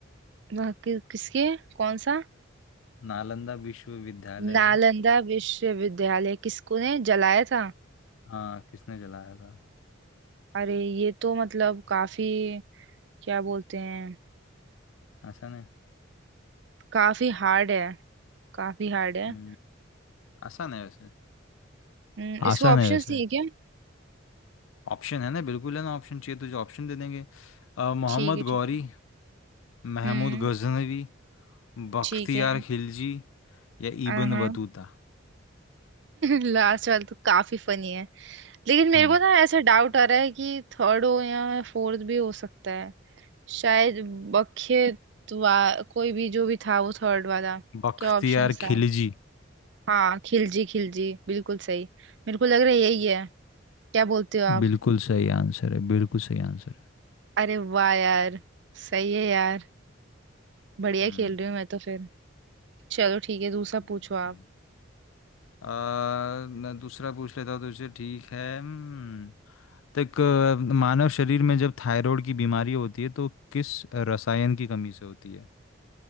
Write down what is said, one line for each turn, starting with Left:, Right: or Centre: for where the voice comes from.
Right: वह कि, किसके कौन सा
Left: नालंदा विश्वविद्यालय
Right: नालंदा विश्वविद्यालय किसको ने जलाया था
Left: हाँ किसने जलाया था
Right: अरे ये तो मतलब काफी क्या बोलते हैं
Left: आसान है
Right: काफी हार्ड है काफी हार्ड है
Left: हम्म आसान है वैसे
Right: हम्म, इसको
Left: आसान
Right: ऑप्शंस
Left: है वैसे
Right: नहीं है क्या
Left: ऑप्शन है ना बिल्कुल है ना ऑप्शन चाहिए तुझे ऑप्शन दे देंगे अ, मोहम्मद
Right: ठीक है ठीक
Left: गौरी
Right: है
Left: महमूद
Right: हम्म
Left: गजनवी बख्तियार
Right: ठीक है
Left: खिलजी या
Right: हाँ
Left: इब्न बतूता
Right: लास्ट <laughs> वाला तो काफी फनी है लेकिन मेरे
Left: हम्म
Right: को ना ऐसा डाउट आ रहा है कि थर्ड हो या फोर्थ भी हो सकता है शायद बख्ये वा कोई भी जो भी था वो थर्ड वाला
Left: बख्तियार
Right: क्या ऑप्शन था
Left: खिलजी
Right: हाँ खिलजी खिलजी बिल्कुल सही मेरे को लग रहा है यही है क्या बोलते हो आप
Left: बिल्कुल सही आंसर है बिल्कुल सही आंसर है
Right: अरे वाह यार सही है यार बढ़िया
Left: हम्म
Right: खेल रही हूँ मैं तो फिर चलो ठीक है दूसरा पूछो
Left: हम्म।
Right: आप
Left: आ, मैं दूसरा पूछ लेता हूँ तुझसे ठीक है हम्म, तक अ, मानव शरीर में जब थायराइड की बीमारी होती है तो किस रसायन की कमी से होती है